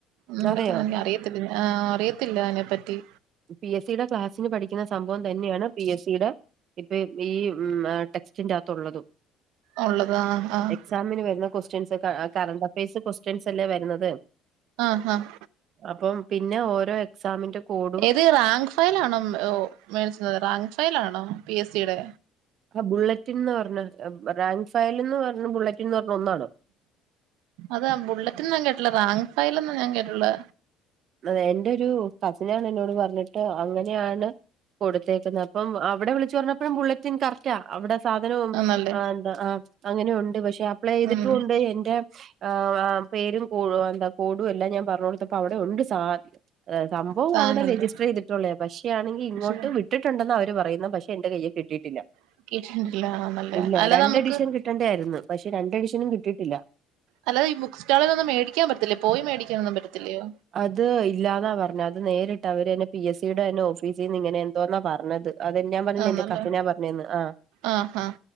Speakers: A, on the right; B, on the right.
A: ഉം
B: അതെയോ
A: പറ്റന അറിയത്തില്ല ഹ്ഹ അറിയത്തില്ല അയ്നെപ്പറ്റി
B: പി എസ് സിടെ ക്ലാസ്സിന് പഠിക്കുന്ന സംഭവം തന്നെയാണ് പി എസ് സിടെ ഇപ്പ ഈ ഹ്മ്മ് അ ടെക്സ്സിന്റെകത്തുള്ളതും
A: ഉള്ളത് ആഹ് ആഹ്
B: എക്സാമിന് വരുന്ന ക്വസ്റ്റ്യൻസ് അ കറണ്ട്അഫയേഴ്സ് ക്വസ്റ്റ്യൻസ് അല്ലേ വരുന്നത്
A: ആഹ് ആഹ്
B: അപ്പം പിന്നെ ഓരോ എക്സാമിന്റെ കോടും
A: ത് റാങ്ക് ഫയലാണോ ഹ്മ്മ് ഹോ മേടിച്ചത് റാങ്ക് ഫയലാണോ പി എസ് സിടെ
B: അ ബുള്ളറ്റിൻന്ന് പറഞ്ഞ ഹ്മ്മ് റാങ്ക് ഫയല്ന്ന് പറഞ്ഞ ബുള്ളറ്റിൻന്ന് പറഞ്ഞ ഒന്നാണോ
A: അത ബുള്ളറ്റിൻന്ന് ഞാ കേട്ടില്ല റാങ്ക് ഫൈല്ന്ന് ഞാൻ കേട്ടുള്
B: അതെ എന്റെരു കസിനാണ് എന്നോട് പറഞ്ഞിട്ട് അങ്ങനെയാണ് കൊടുത്തേക്കുന്ന് അപ്പം അവിടെ വിളിച്ച് പറഞ്ഞപ്പോഴും ബുള്ളറ്റിൻ കറക്റ്റാ അവിടെ സാധനും
A: ആന്നല്ലേ
B: ഹ് ന്താ ആഹ് അങ്ങനെയുണ്ട് പക്ഷെ അപ്ലൈയ്തിട്ടുണ്ട്
A: ഉം
B: എന്റെ <unintelligible> പേരും കോടും എല്ലാ ഞാൻ പറഞ്ഞ്ടുത്തപ്പൊ അവ്ടെ ഉണ്ട് സാ ഹ് സംഭവം
A: സാധനണ്ട്
B: അവ്ടെ രജിസ്റ്റർ ചെയ്തിട്ടുള്ളയാ പക്ഷെ ആണെങ്കി ഇങ്ങോട്ട്
A: പക്ഷെ
B: വിട്ടിട്ടുണ്ടെന്നാ അവര് പറയുന്നെ പക്ഷെ എന്റെ കൈ കിട്ടിയിട്ടില്ല
A: <unintelligible> <unintelligible>
B: ഇല്ല രണ്ട്ഡിഷൻ
A: നമുക്ക്
B: കിട്ടേണ്ടായിരുന്നു പക്ഷെ രണ്ട്ഡിഷനും കിട്ടിയിട്ടില്ല
A: അല്ലതെ ഈ ബുക്ക്സ്റ്റാളില്ന്നും മേടിക്കാൻ പറ്റത്തില്ലേ പോയി മേടിക്കാനൊന്നും പറ്റത്തില്ലയോ
B: അത് ഇല്ലാന്നാ പറഞ്ഞത് അത് നേരിട്ട് അവര്ന്നെ പി എസ് സിടെ ന്നെ ഓഫീസീന്ന്ങ്ങനെ ന്തോന്നാ പറഞ്ഞത് അത് ന് ഞാ പറഞ്ഞില്ലേ
A: ആന്നല്ലേ
B: എന്റെ കസിനാ പറഞ്ഞേന്ന് ആഹ്
A: ആഹ് ആഹ്